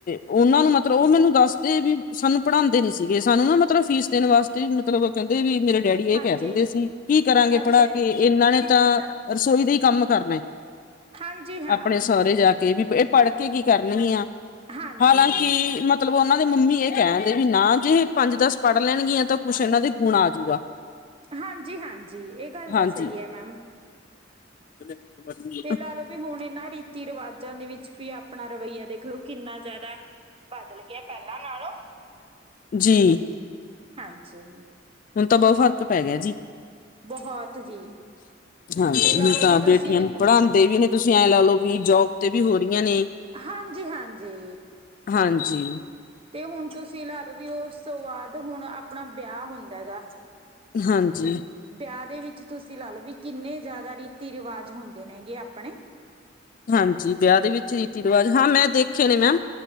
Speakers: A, on the left; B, on the right.
A: ਉਹਨਾ ਨੂੰ ਮਤਲਬ ਉਹ ਮੈਨੂੰ ਦੱਸਦੇ ਵੀ ਸਾਨੂੰ ਪੜ੍ਹਾਉਦੇ ਨੀ ਸੀਗੇ ਸਾਨੂੰ ਨਾ ਮਤਲਬ ਫੀਸ ਦੇਣ ਵਾਸ ਤੇ ਮਤਲਬ ਕਹਿੰਦੇ ਵੀ ਮੇਰੇ ਡੈਡੀ ਇਹ
B: ਹਾਂਜੀ
A: ਕਹਿ ਦਿੰਦੇ ਸੀ ਕੀ ਕਰਾਂਗੇ
B: ਅੱਛਾ
A: ਪੜ੍ਹਾ ਇਹਨਾ ਨੇ ਤਾ ਰਸੋਈ ਦਾ ਹੀ ਕੰਮ ਕਰਨਾ।
B: ਹਾਂਜੀ ਹਾਂ
A: ਆਪਣੇ ਸਹੁਰੇ ਜਾ ਕੇ ਵੀ ਇਹ ਪੜ੍ਹ ਕੇ ਕੀ ਕਰਨੀਆ,
B: ਹਾਂਜੀ
A: ਹਾਲਾਂਕਿ ਮਤ ਤਲਬ ਉਹਨਾਂ ਦੇ ਮੰਮੀ ਇਹ ਕਹਿ ਦਿੰਦੇ ਵੀ ਨਾ ਜੀ ਪੰਜ ਦਸ ਪੜ ਲੈਣਗੀਆ ਤਾ ਕੁੱਛ ਇਹਨਾ ਦੇ ਗੁਣ ਆਜੂਗਾ।
B: ਹਾਂਜੀ-ਹਾਂਜੀ ਇਹ ਗੱਲ
A: ਹਾਂਜੀ
B: ਤਾ ਸਹੀ ਹੈ ਮੈਮ।
A: <inaudible>
B: ਤੇ ਲਾ ਲਓ ਵੀ ਹੁਣ ਇਹਨਾਂ ਰੀਤੀ ਰਿਵਾਜਾ ਦੇ ਵਿੱਚ ਵੀ ਆਪਣਾ ਰਵੱਈਆ ਦੇਖ ਲਓ ਕਿੰਨਾ ਜਿਆਦਾ ਬਦਲ ਗਿਆ ਪਹਿਲਾਂ ਨਾਲੋਂ।
A: ਜੀ।
B: ਹਾਂਜੀ।
A: ਹੁਨ ਤਾਂ ਬਹੁਤ ਫ਼ਰਕ ਪੈ ਗਿਆ ਜੀ।
B: ਬਹੁਤ ਜੀ
A: ਹਾਂਜੀ
B: ਤੇ ਲਾ
A: ਹੁਨ
B: ਲਓ
A: ਤਾਂ
B: ਵੀ ਤੁਸੀਂ
A: ਬੇਟੀਆ ਨੂੰ ਪੜਾਉਂਦੇ ਵੀ ਨੇ। ਤੁਸੀਂ ਐਂ ਲਾ ਲਓ ਵੀ ਜੋਬ ਤੇ ਵੀ ਹੋ ਰਹੀਆ ਨੇਂ।
B: ਹਾਂਜੀ-ਹਾਂਜੀ।
A: ਹਾਂਜੀ।
B: ਤੇ ਹੁਣ ਤੁਸੀ ਲਾ ਲਓ ਵੀ ਉਸ ਤੋਂ ਬਾਅਦ ਹੁਣ ਆਪਣਾ ਬਿਆਹ ਹੁੰਦਾ ਗਾ।
A: ਹਾਂਜੀ।
B: ਵਿਆਹ ਦੇ ਵਿੱਚ ਤੁਸੀ ਲਾ ਲਓ ਵੀ ਕਿੰਨੇ ਜਾਦਾ ਰੀਤੀ ਰਿਵਾਜ ਹੁੰਦੇ ਨੇ ਹੈਗੇ ਆਪਣੇ।
A: ਹਾਂਜੀ ਵਿਆਹ ਦੇ ਵਿੱਚ ਰੀਤੀ ਰਿਵਾਜ ਹਾਂ ਮੈਂ ਦੇਖੇ ਨੇ ਮੈਮ।